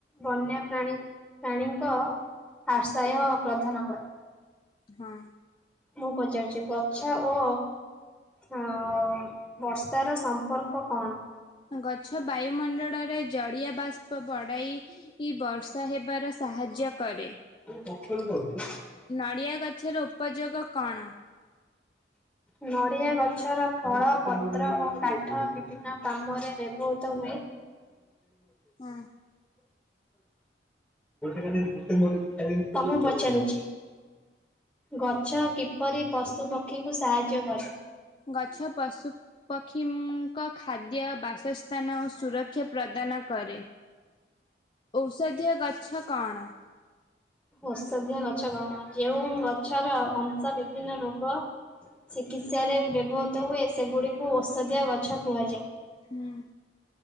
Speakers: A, in the centre; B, on the left.
A: ବନ୍ୟା ପ୍ରାଣୀ ପ୍ରାଣୀଙ୍କ ଆର୍ଶ୍ୟାୟ ପ୍ରଦାନ କରେ।
B: ହଁ।
A: ମୁଁ ପଚାରୁଛି ଗଛ ଓ ହଁଓ ବର୍ଷାର ସମ୍ପର୍କ କଣ?
B: ଗଛ ବାୟୁମଣ୍ଡଡ଼ରେ ଜଳିଅ ବାଷ୍ପ ବଡ଼ାଇ ଇ ବର୍ଷ ର୍ଷା ହେବାର ସାହାଯ୍ୟ କରେ।
A: କାଖେଇ କି ଯାଉଛୁ ନା
B: ନଡ଼ିଆ ଗଛର ଉପଯୋଗ କଅଣ?
A: ନଡ଼ିଆ ଗଛର ଫଳ ପତ୍ର ଓ କାଠ ବିଭିନ୍ନ ବିଭିନ୍ନ କାମରେ ବ୍ୟବହୃତ ହୁଏ
B: ହଁ
A: <unintelligible> <inaudible> ତମକୁ ପଚାରୁଛି ଗଛ କିପରି ପଶୁ ପକ୍ଷୀଙ୍କୁ ସାହାଯ୍ୟ କରେ?
B: ଗଛ ପଶୁ ପକ୍ଷୀ -ଙ୍କ ଖାଦ୍ୟ ବାସସ୍ଥାନ ଓ ସୁର କ୍ଷ ପ୍ରଦାନ କରେ, ଔଷଧୀୟ ଗଛ କଣ?
A: ଔଷଧୀୟ ଗଛ କଣ ଯେଉଁ ଗଛର ଅଂଶ ବିଭିନ୍ନ ରୋଗ ଚିକିତ୍ସାରେ ବ୍ୟବହୃତ ହୁଏ ସେଗୁଡ଼ିକୁ ଔଷଧୀୟ ଗଛ କୁହାଯାଏ।
B: ହୁଁ